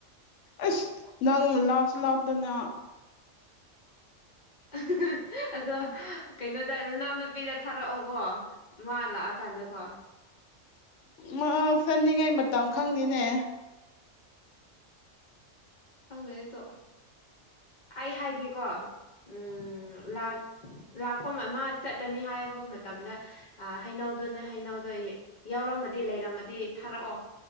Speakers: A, on the left; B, on the left.
A: ꯑꯁ ꯅꯪꯅ ꯂꯥꯛꯁꯨ ꯂꯥꯛꯇꯅ
B: <unintelligible> ꯑꯗꯣ ꯀꯩꯅꯣꯗ ꯔꯣꯅꯥꯜ ꯅꯨꯄꯤꯗ ꯊꯥꯔꯛꯑꯣ ꯀꯣ ꯃꯥ ꯂꯥꯛꯑ ꯀꯥꯟꯗꯀꯣ
A: ꯃꯥꯎ ꯆꯠꯅꯤꯡꯉꯩ ꯃꯇꯝ ꯈꯪꯗꯦꯅꯦ
B: ꯈꯪꯗ꯭ꯔꯗꯤ ꯇꯣꯛꯑꯣ ꯑꯩ ꯍꯥꯏꯗꯤ ꯀꯣ ꯎꯝ ꯂꯥꯛ ꯂꯥꯛꯄ ꯃ ꯆꯠꯂꯅꯤ ꯍꯥꯏꯕ ꯃꯇꯝꯗ ꯑꯥ ꯍꯩꯅꯧꯗꯣꯅꯦ ꯍꯩꯅꯧꯗꯣ ꯌꯥꯎ ꯌꯥꯎꯔꯝꯃꯗꯤ ꯂꯩꯔꯝꯃꯗꯤ ꯊꯥꯔꯛꯑꯣ